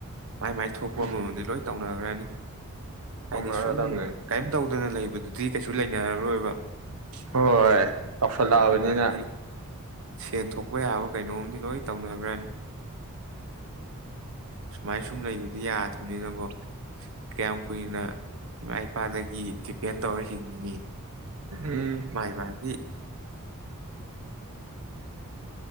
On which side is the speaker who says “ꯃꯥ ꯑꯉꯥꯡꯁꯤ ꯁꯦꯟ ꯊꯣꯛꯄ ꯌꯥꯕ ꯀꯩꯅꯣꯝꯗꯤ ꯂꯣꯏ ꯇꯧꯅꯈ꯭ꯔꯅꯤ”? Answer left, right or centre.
Right